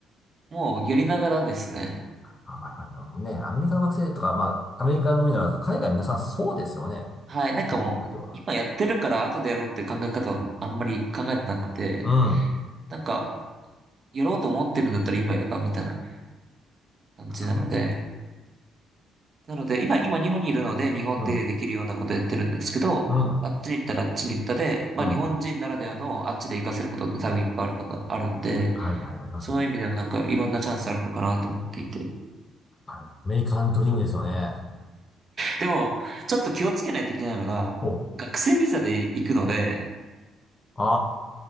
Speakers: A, on the right (about 30°); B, on the left (about 25°).
A: もうやりながらですね。
B: あ、まあ、まあ、でもね、アメリカの学生とか、まあ、アメリカのみならず、海外皆さんそうですよね。
A: はい、なんかもう、
B: できる人は。
A: 今やってるから後でやろうっていう考え方はあんまり考えてなくて、
B: うん。
A: なんか、やろうと思ってるんだったら今やればみたいな感じなので、
B: そうですよね。
A: なので、今、今日本にいるので、日本でできるようなことやってるんですけど、
B: うん。うん。
A: あっちに行ったらあっちに行ったで、まあ日本人ならではのあっちで活かせることって多分いっぱいあることあるんで、
B: うん。はいはい、ありますよね。
A: そういう意味でもなんかいろんなチャンスあるのかなと思っていて。
B: あれアメリカンドリームですよね。
A: でも、ちょっと気をつけないといけないのが、
B: ほう。
A: 学生ビザで行くので、
B: あ